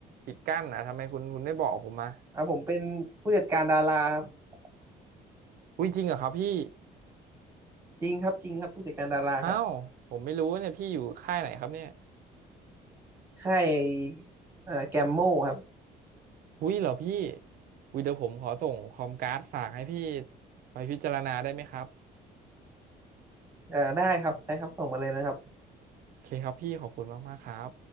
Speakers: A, on the right; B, on the right.
A: ปิดกั้นอ่ะทำไมคุณคุณไม่บอกผมมา
B: อ่ะผมเป็นผู้จัดการดาราครับ
A: อุ้ยจริงเหรอครับพี่
B: จริงครับจริงครับผู้จัดการดาราครับ
A: อ้าวผมไม่รู้เนี่ยพี่อยู่ค่ายไหนครับเนี่ย
B: ค่ายเอ่อแกมโมครับ
A: อุ้ยเหรอพี่อุ้ยเดี๋ยวผมขอส่งคอมการ์ดฝากให้พี่ไปพิจารณาได้ไหมครับ
B: เอ่อได้ครับได้ครับส่งมาเลยนะครับ
A: โอเคครับพี่ขอบคุณมากๆครับ